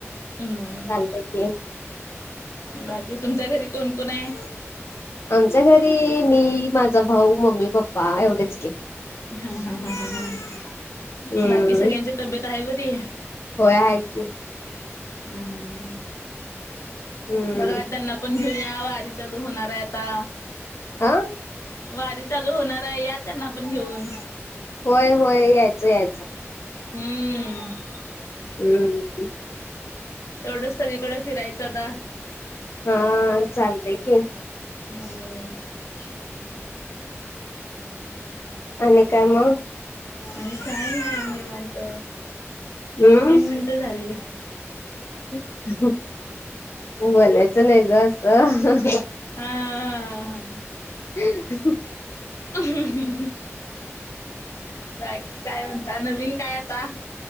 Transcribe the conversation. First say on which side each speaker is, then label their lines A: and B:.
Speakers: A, on the left (about 85°); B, on the left (about 60°).
A: हम.
B: चालतय की
A: बाकी तुमच्या घरी कोण कोण आहे.
B: आमच्या घरी मी माझा भाऊ मम्मी पप्पा. एवढेच
A: हा
B: की
A: ह ह ह ह
B: हम्म
A: बाकी सगळ्यांची तब्येत आहे बरी.
B: होय हाय की.
A: ह ह ह
B: हम्म
A: बघा त्यांना पण. घेऊन या वारी चालू होणार आहे आता.
B: आा.
A: वारी चालू होणार आहे या त्यांना पण घेऊन.
B: होय होय यायचं यायचं.
A: हम्म. हम्म.
B: हम्म.
A: तेवढं सळीकडे फिरायचं आता.
B: हा चालतय की
A: हो.
B: आणि काय मग.
A: आणि काही नाही निवांत
B: हम्म
A: तीन मिनटं झाली.
B: <unintelligible> बोलायचं नाही ग असं.
A: हा हा
B: ह.
A: ह. बाकी काय म्हणता नवीन काय आता.